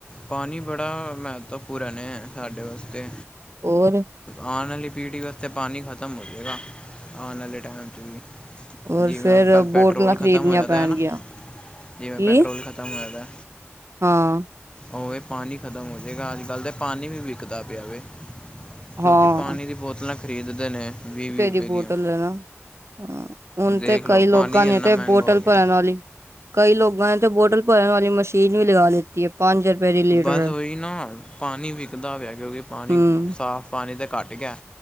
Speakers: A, on the left (about 20°); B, on the right (about 65°).
A: ਪਾਣੀ ਬੜਾ ਮਹੱਤਵਪੂਰਨ ਹੈ ਸਾਡੇ ਵਾਸਤੇ
B: ਹੋਰ
A: ਆਉਣ ਵਾਲੀ ਪੀੜ੍ਹੀ ਵਾਸਤੇ ਪਾਣੀ ਖਤਮ ਹੋ ਜਾਏਗਾ ਆਉਣ ਵਾਲੇ ਟਾਈਮ ਵੀ
B: ਹੋਰ
A: ਜਿਵੇਂ
B: ਫੇਰ
A: ਅੱਜ ਕੱਲ੍ਹ ਪੈਟਰੋਲ
B: ਬੋਟਲਾਂ ਖਰੀਦਣੀਆਂ
A: ਖ਼ਤਮ ਹੋਇਆ
B: ਪੈਣਗੀਆਂ
A: ਦਾ ਹੈ ਨਾ ਜਿਵੇਂ
B: ਕੀ
A: ਪੈਟਰੋਲ ਖਤਮ ਹੋਇਆ ਦਾ
B: ਹਾਂ
A: ਉਵੇਂ ਪਾਣੀ ਖ਼ਤਮ ਹੋ ਜਾਵੇਗਾ ਅੱਜ ਕੱਲ੍ਹ ਤਾਂ ਪਾਣੀ ਵੀ ਵਿਕਦਾ ਪਿਆ ਵੇ।
B: ਹਾਂ
A: ਲੋਕੀ ਪਾਣੀ ਦੀ ਬੋਤਲਾਂ ਖਰੀਦ ਦੇ ਨੇ ਵੀਹ- ਵੀਹ ਰੁਪਏ
B: ਦੀ
A: ਦੀਆਂ
B: ਬੋਟਲ ਹੈ ਨਾ ਹਾਂ ਹੁਣ
A: ਦੇਖ
B: ਤੇ
A: ਲਓ
B: ਕਈ ਲੋਕਾਂ
A: ਪਾਣੀ ਇੰਨਾ
B: ਨੇ ਤੇ
A: ਮਹਿੰਗਾ
B: ਬੋਟਲ
A: ਹੋ ਗਿਆ
B: ਭਰਨ ਵਾਲੀ ਕਈ ਲੋਕਾਂ ਨੇ ਤੇ ਬੋਟਲ ਭਰਨ ਵਾਲੀ ਮਸ਼ੀਨ ਵੀ ਲਗਾ ਲਤੀ ਏ। ਪੰਜ ਰੁਪਏ ਦੀ। ਲੀਟਰ
A: ਬਸ ਉਹੀ ਨਾ ਪਾਣੀ ਵਿਕਦਾ ਪਿਆ ਕਿਉਂਕਿ ਪਾਣੀ
B: ਹਮ
A: ਸਾਫ਼ ਪਾਣੀ ਤਾਂ ਘੱਟ ਗਿਆ।